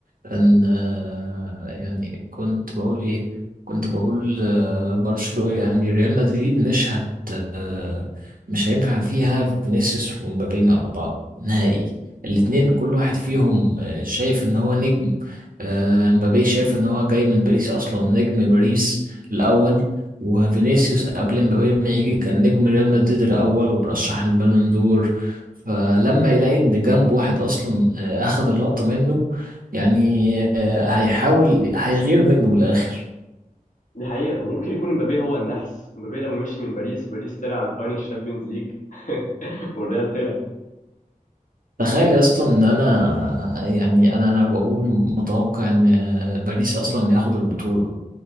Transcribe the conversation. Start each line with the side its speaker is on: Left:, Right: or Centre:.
Right: ان آه، يعني كنت بقول ايه كنت بقول آه، برشلونة يعني ريال مدريد مش هت آه، مش هينفع فيها فينيسيوس ومبابي مع بعض نهائي الاتنين
Left: حقيقة.
Right: كل واحد فيهم آه، شايف ان هو نجم آه، مبابي شايف ان هو جاي من باريس اصلا نجم باريس الاول وفينيسيوس قبل مبابي ما يجي كان نجم ريال مدريد الاول وبرشح البالون دور فلما يلاقي ان جنب واحد اصلا آه، اخذ اللقطة منه يعني آه، هيحاول هيغير منه من الاخر
Left: دي حقيقة وممكن يكون مبابي هو النفس مبابي لما مشي من باريس باريس طلع على الفاينل الشامبيونز ليج <laughs> والريال طلع
Right: تخيل يا اسطى ان انا يعني انا انا بقول متوقع ان آه، باريس اصلا ياخد البطوله